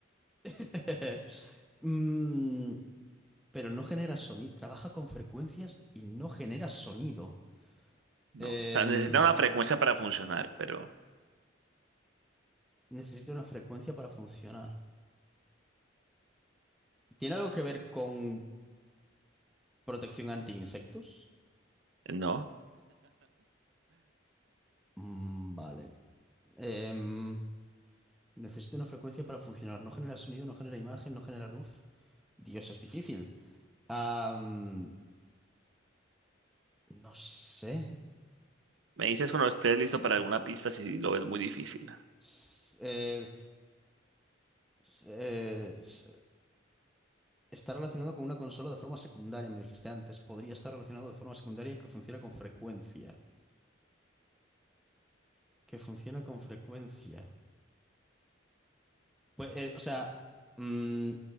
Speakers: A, in the centre; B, on the right (about 70°).
A: <laughs> Mm, pero no genera sonido. Trabaja con frecuencias y no genera sonido.
B: ¿no?
A: Em,
B: O sea, necesita una frecuencia para funcionar, pero
A: necesita una frecuencia para funcionar. ¿Tiene algo que ver con protección anti insectos?
B: no.
A: Mm, vale. Em, necesita una frecuencia para funcionar. No genera sonido, no genera imagen, no genera luz. Dios, es difícil. Am, no sé.
B: Me dices cuando estés listo para alguna pista si lo ves muy difícil.
A: S- eh, s- eh, s- está relacionado con una consola de forma secundaria, me dijiste antes. Podría estar relacionado de forma secundaria que funciona con frecuencia. Que funciona con frecuencia. Pues, eh, o sea, mm,